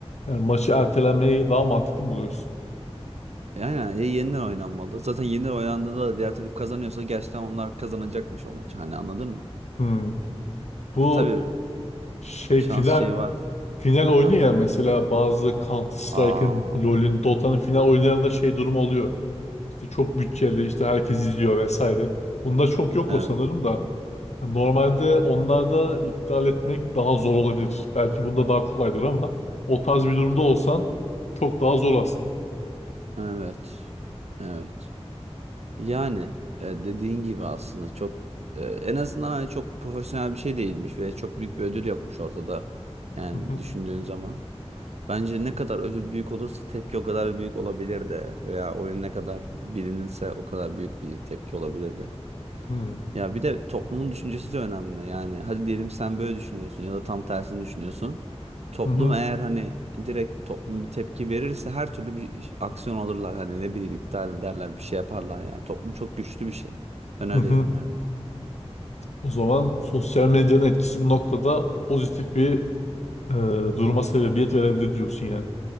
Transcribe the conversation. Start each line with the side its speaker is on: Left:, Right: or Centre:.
Left: Yani maçı ertelemeyi daha mantıklı mı buluyorsun.
Right: Yani yani ya yeniden oynanmalı. Zaten yeniden oynandığında da diğer takım kazanıyorsa gerçekten onlar kazanacakmış o maçı. Hani anladın mı?
Left: Hı. Bu
Right: E, tabii
Left: şey
Right: şans
Left: final
Right: şeyi var.
Left: final oyunu
Right: Ha.
Left: ya mesela bazı Counter-Strike'ın,
Right: Aa,
Left: LoL'ün, Dota'nın final oyunlarında şey durum oluyor. İşte çok bütçeli, işte herkes izliyor vesaire. Bunda çok yok
Right: evet,
Left: o sanırım da. Yani Normalde onlarda iptal etmek daha zor olabilir. Belki bunda daha kolaydır ama o tarz bir durumda olsan çok daha zor aslında.
Right: evet, evet. Yani e, dediğin gibi aslında çok e, en azından hani çok profesyonel bir şey değilmiş ve çok büyük bir ödül yokmuş ortada. Yani
Left: Hı hı,
Right: düşündüğün zaman. Bence ne kadar ödül büyük olursa tepki o kadar büyük olabilir de veya oyun ne kadar bilinirse o kadar büyük bir tepki olabilir de.
Left: hı
Right: Ya bir de toplumun düşüncesi de önemli. Yani hadi diyelim sen böyle düşünüyorsun ya da tam tersini düşünüyorsun. Toplum
Left: hı,
Right: eğer hani direkt toplum bir tepki verirse her türlü bir iş- aksiyon alırlar. Hani ne bileyim iptal ederler bir şey yaparlar yani. Toplum çok güçlü bir şey. Ben öyle
Left: hı hı.
Right: inanıyorum.
Left: O zaman sosyal medyanın etkisi bu noktada pozitif bir e, duruma sebebiyet verebilir diyorsun yani.